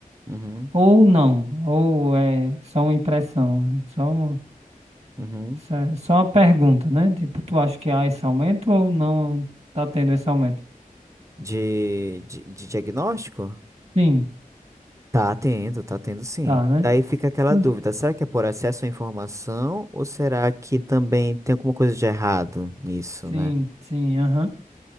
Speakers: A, on the right; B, on the right.
A: uhum,
B: Ou não, ou é só uma impressão, só um
A: uhum.
B: Cé- Só uma pergunta, né? Tipo, tu acha que há esse aumento ou não tá tendo esse aumento?
A: De, de, de diagnóstico?
B: Sim,
A: Tá tendo, tá tendo sim.
B: tá, né?
A: Daí fica aquela
B: Então,
A: dúvida, será que é por acesso à informação ou será que também tem alguma coisa de errado nisso,
B: sim,
A: né?
B: sim, aham.